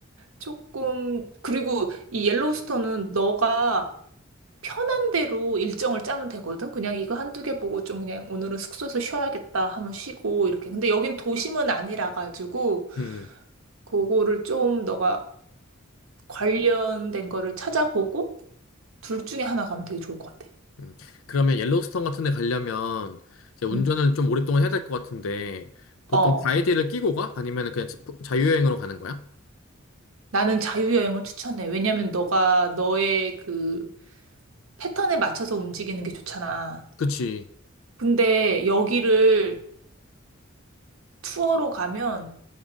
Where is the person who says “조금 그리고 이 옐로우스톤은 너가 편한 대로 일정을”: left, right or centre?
Right